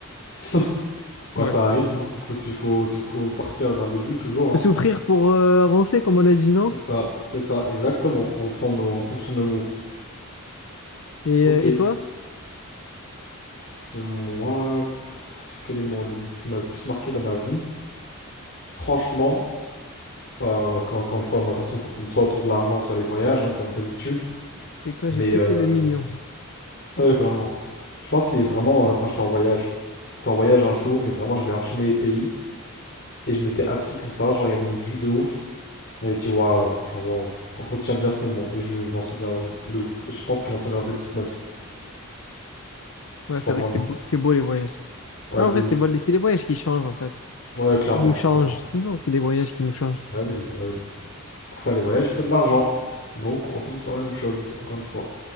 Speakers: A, on the left; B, on the left.
A: <laughs> Ouais,
B: Ouais.
A: ça arrive, hein. Écoute, il faut, il faut partir d'un début toujours,
B: Faut
A: hein.
B: souffrir pour euh, avancer, comme on a dit, non?
A: C'est ça, c'est ça, exactement. On prend nos, on tombe sur nos mots.
B: Et,
A: Ok.
B: euh, et toi?
A: C'est Moi, pff, quel est mon, le- qui m'a le plus marqué dans ma vie? Franchement, bah, quand, encore une fois, moi, de toute façon, ça tourne soit autour de l'argent, soit les voyages, hein, comme d'habitude.
B: C'est quand
A: Mais
B: j'ai pété
A: euh,
B: le million.
A: <laughs> ouais, vraiment. Je pense que c'est vraiment euh, quand j'étais en voyage. J'étais en voyage un jour et vraiment, j'avais enchaîné les pays et je m'étais assis comme ça, genre il y avait une vue de ouf. Et j'ai dit waouh, genre waouh, retiens bien ce moment et je, je m'en souviens de ouf. Et je pense que je m'en souviendrai toute ma vie.
B: Ouais,
A: Je pense
B: c'est vrai
A: vraiment.
B: que c'est beau, c'est beau les voyages.
A: Ouais,
B: Ah,
A: de
B: En vrai,
A: ouf.
B: c'est beau, c'est les voyages qui changent en fait.
A: Ouais, clairement,
B: Ils nous changent.
A: clairement.
B: Toujours, c'est des voyages qui nous changent.
A: Bah oui, bah oui. Pour faire des voyages, il faut de l'argent. Donc, on retombe sur la même chose, encore une fois.